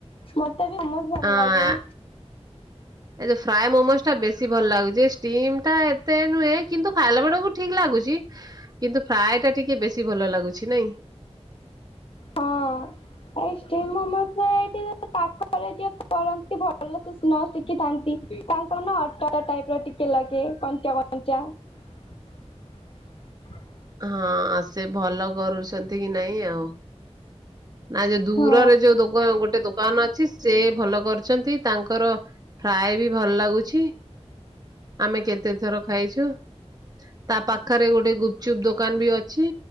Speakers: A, on the left; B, on the right.
A: ମତେ ବି ବିହୁତ ଭଲ
B: ଆଁ,
A: ଲାଗେ।
B: ଏ ଯେଉ ଫ୍ରାଏ ମୋମୋଜ ଟା ବେଶୀ ଭଲ ଲାଗୁଛି ଷ୍ଟିମ୍ ଟା ଏତେ ନୁହେଁ କିନ୍ତୁ ଖାଇଲା ବେଳକୁ ଠିକ ଲାଗୁଚି। କିନ୍ତୁ ଫ୍ରାଏ ଟା ଟିକେ ବେଶୀ ଭଲ ଲାଗୁଛି ନାଇଁ
A: ହଁ ଏଇ ଷ୍ଟିମ୍ ମୋମୋ ସେ ଏଇଠି ପାଖରେ ଯିଏ କରନ୍ତି ଭଲ ସେ ନ ଶିଖିଥାନ୍ତି। ତାଙ୍କର ନା ଅଟା ଟା ଟାଇପ ର ଟିକେ ଲାଗେ କଞ୍ଚା କଞ୍ଚା। <inaudible>
B: ହଁ ଆ ସେ ଭଲ କରୁଚନ୍ତି କି ନାଇଁ ଆଉ ନା ଯେ ଦୂରରେ
A: ହଁ।
B: ଯୋଉ ଦୋକ ଗୋଟେ ଦୋକ ଦୋକାନ ଅଛି ସେ ଭଲ କରୁଛନ୍ତି ତାଙ୍କର ଫ୍ରାଏ ବି ଭଲ ଲାଗୁଛି। ଆମେ କେତେ ଥର ଖାଇଛୁ। ତା ପାଖରେ ଗୋଟେ ଗୁପଚୁପ ଦୋକାନ ବି ଅଛି